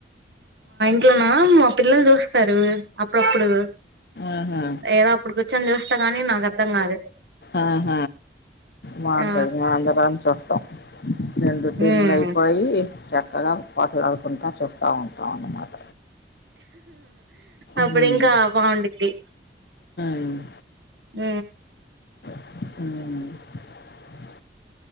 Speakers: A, on the right; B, on the left.
A: ఇంట్లనా మా పిల్లలు చూస్తరు అప్పుడప్పుడు
B: ఆహా
A: ఏదో అప్పుడు కొంచెం చూస్తా గానీ నాకు అర్థం కాదు
B: ఆహ బాగుంటది
A: ఆ
B: మేం అందరం చూస్తాం రెండు టీములయిపోయి
A: ఉమ్
B: చక్కగా పోట్లాడుకుంట చూస్తా ఉంటాం అన్నమాట
A: అప్పుడు
B: మ్మ్
A: ఇంకా బాగుండిద్ది
B: హుమ్
A: ఊ
B: హూ